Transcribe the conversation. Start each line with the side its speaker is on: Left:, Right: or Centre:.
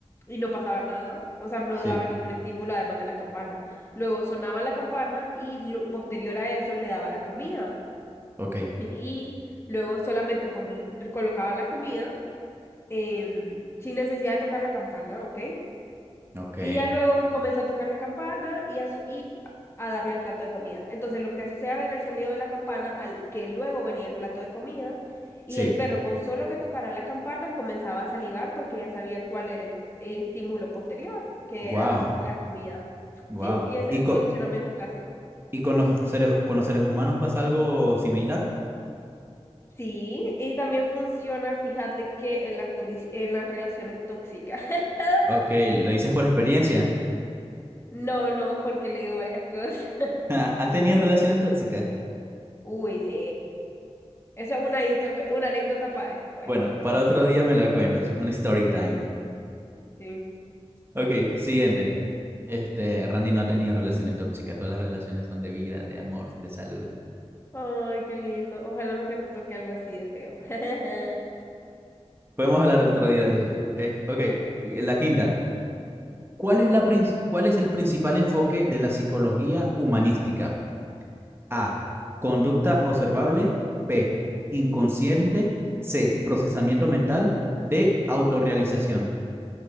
Left: y no pasaba nada. O sea, no
Right: sí.
Left: daba ningún estímulo además de la campana. Luego sonaba la campana y lu- posterior a eso le daba la comida.
Right: Ok,
Left: Y luego solamente poni- colocaba la comida em, sin necesidad de tocar la campana, ¿ok?
Right: ok.
Left: Y ya luego comenzó a tocar la campana y a, su- y a darle el plato de comida. Entonces lo que asociaba era el sonido de la campana al que luego venía el plato de comida. Y
Right: Sí.
Left: el perro con solo que tocara la campana comenzaba a salivar porque ya sabía cuál era el, el estímulo posterior, que
Right: Wow.
Left: era la comida.
Right: Wow.
Left: Sí, y es
Right: ¿Y
Left: el
Right: con,
Left: condicionamiento clásico.
Right: y con los seres, con los seres humanos pasa algo similar?
Left: Sí, y también funciona, fíjate que en las condici- en las relaciones tóxicas. <laughs>
Right: Ok, lo dices por experiencia.
Left: No, no, porque he leído varias cosas. <laughs>
Right: <laughs> ¿Has tenido relaciones tóxicas?
Left: Uy, sí. Esa es una, histo- una anécdota para después.
Right: Bueno, para otro día me la cuentas. Un story
Left: Sí,
Right: time.
Left: sí, sí, sí.
Right: Ok, siguiente. Este, Randy no ha tenido relaciones tóxicas. Todas las relaciones son de vida, de amor, de salud.
Left: Ay, qué lindo. Ojalá nunca te toque algo así de feo. <laughs>
Right: Podemos hablar otro día de eso. Eh, ok,
Left: Dale,
Right: la quinta. ¿Cuál es la, prin- cuál es el principal enfoque de la psicología humanística?
Left: ok.
Right: A. Conducta observable. B. Inconsciente. C. Procesamiento mental. D. Autorrealización.